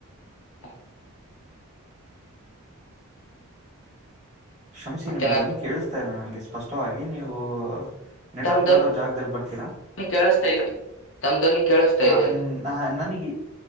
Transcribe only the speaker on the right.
ಶಮಸಿ
ನಿಮ ಧ್ವನಿ ಕೇಳಿಸ್ತಾ ಇಲ್ಲ ನನ್ಗೆ ಸ್ಪಷ್ಟವಾಗಿ ನೀವು ನೆಟ್ವರ್ಕ್
ಬರೋ ಜಾಗದಲ್ಲಿ ಬರ್ತೀರಾ
ಹ
ಹ ನನಗ